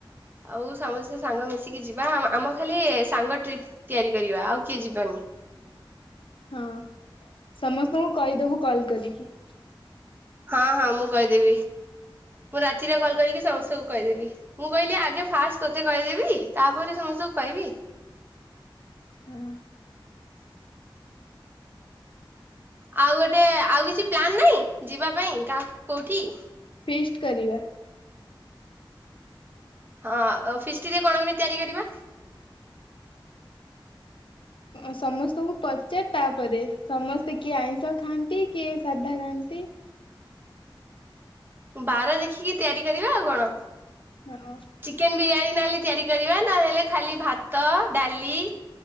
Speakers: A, on the right (about 25°); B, on the left (about 80°).
A: ଆଉ ସମସ୍ତେ ସାଙ୍ଗ ମିଶିକି ଯିବା। ଆମ ଆମର ଖାଲି ସାଙ୍ଗ ଟ୍ରିପ୍ ତିଆରି କରିବା ଆଉ କିଏ ଯିବାନି‌।
B: ହଁ ସମସ୍ତଙ୍କୁ କହିଦେବୁ କଲ୍ କରିକି?
A: ହଁ ହଁ ମୁଁ କହିଦେବି। ମୁଁ ରାତିରେ କଲ୍ କରିକି ସମସ୍ତଙ୍କୁ କହିଦେବି। ମୁଁ କହିଲି ଆଗେ ଫାଷ୍ଟ ତୋତେ କହିଦେବି ତାପରେ ସମସ୍ତଙ୍କୁ କହିବି।
B: ଏ ହଁ।
A: ଆଉ ଗୋଟେ ଆଉ କିଛି ପ୍ଲାନ ନାଇଁ ଯିବା ପାଇଁ କାହାକୁ କୋଉଠିଁ?
B: ଫିଷ୍ଟି କରିବା।
A: ହଁ ଆଉଁ ଫିଷ୍ଟି ରେ କଣ କେମିତି ତିଆରି କରିବା?
B: ଅଁ ସମସ୍ତଙ୍କୁ ପଚାର ତାପରେ ସମସ୍ତେ କିଏ ଆଇଁଷ ଖାଆନ୍ତି କିଏ ସାଧା ଖାଆନ୍ତି।
A: ବାର ଦେଖିକି ତିଆରି କରିବା ଆଉ କଣ?
B: ହ୍ୟାଲୋ।
A: ଚିକେନ ବିରିୟାନୀ ନହେଲେ ତିଆରି କରିବା ନହେଲେ ଖାଲିଭାତ ଡାଲି